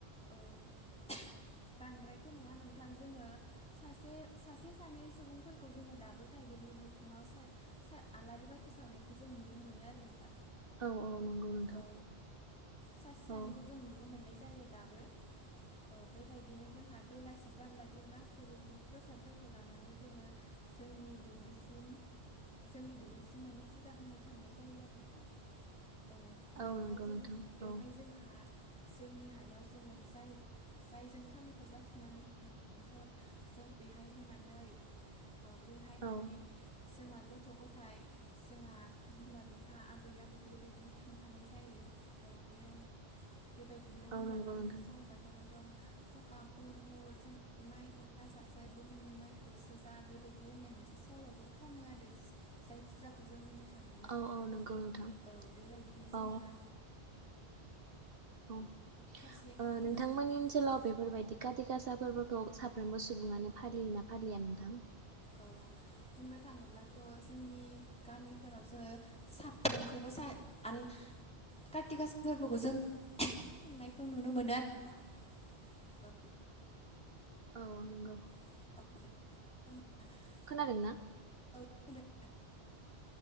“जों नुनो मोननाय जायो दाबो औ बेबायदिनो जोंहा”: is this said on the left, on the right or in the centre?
Centre